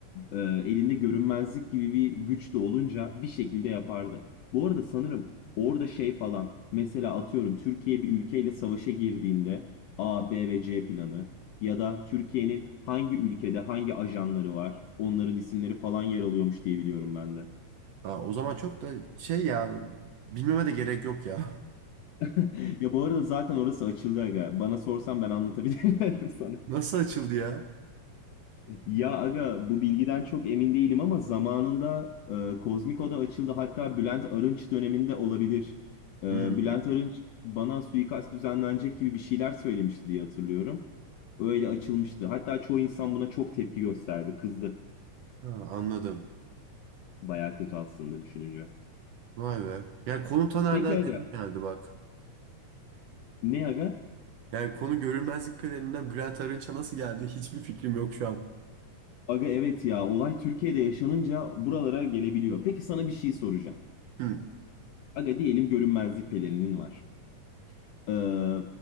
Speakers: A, on the left (about 80°); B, on the right (about 75°).
A: e, elinde görünmezlik gibi bir güç de olunca bir şekilde yapardı. Bu arada sanırım orada şey falan mesela atıyorum Türkiye bir ülkeyle savaşa girdiğinde A, B ve C planı ya da Türkiye'nin hangi ülkede hangi ajanları var onların isimleri falan yer alıyormuş diye biliyorum ben de.
B: Aa, o zaman çok da şey ya bilmeme de gerek yok ya.
A: <laughs> Ya bu arada zaten orası açıldı aga. Bana sorsan ben anlatabilirim <laughs> sana.
B: <laughs> Nasıl açıldı ya?
A: Ya aga bu bilgiden çok emin değilim ama zamanında e, Kozmik Oda açıldı. Hatta Bülent Arınç döneminde olabilir. E,
B: Hmm.
A: Bülent Arınç bana suikast düzenlenecek gibi bir şeyler söylemişti diye hatırlıyorum. Öyle açılmıştı. Hatta çoğu insan buna çok tepki gösterdi. Kızdı.
B: Ha, anladım.
A: Baya kötü aslında düşününce.
B: Vay be. Yani konu Taner'den
A: Peki aga.
B: nereye geldi bak.
A: Ne aga?
B: Yani konu görünmezlik pelerinden Bülent Arınç'a nasıl geldi hiçbir fikrim yok şu an.
A: Aga evet ya olay Türkiye'de yaşanınca buralara gelebiliyor. Peki sana bir şey soracağım.
B: Hmm.
A: Aga diyelim görünmezlik pelerinin var. Ee,